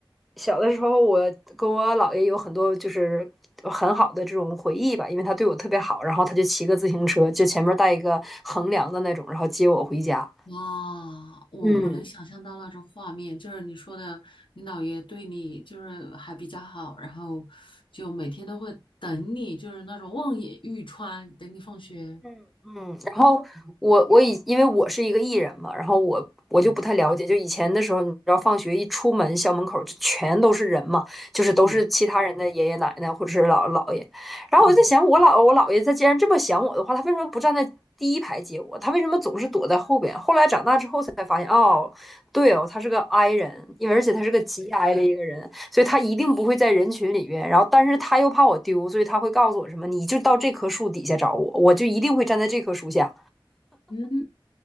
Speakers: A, in the centre; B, on the left.
A: 小的时候，我跟我姥爷有很多就是很好的这种回忆吧，因为他对我特别好，然后他就骑个自行车，就前面带一个横梁的那种，然后接我回家。
B: 哇，我我能想象到那种画面，
A: 嗯
B: 就是你说的，你姥爷对你就是还比较好，然后就每天都会等你，就是那种望眼欲穿，等你放学。
A: 嗯嗯，然后我我以因为我是一个艺人嘛，然后我我就不太了解，
B: 嗯
A: 就以前的时候，你知道放学一出门，校门口就全都是人嘛，就是都是其他人的爷爷奶奶或者是姥姥姥爷，
B: 嗯
A: 然后我就在想，
B: 嗯。
A: 我姥我姥爷他既然这么想我的话，他为什么不站在第一排接我？他为什么总是躲在后边？后来长大之后才发现，哦，对哦，他是个 I 人，因为而且他是个极 I 的一个人所以他一定不会在人群里面。然后，但是他又怕我丢，所以他会告诉我什么，你就到这棵树底下找我，我就一定会站在这棵树下。
B: 嗯，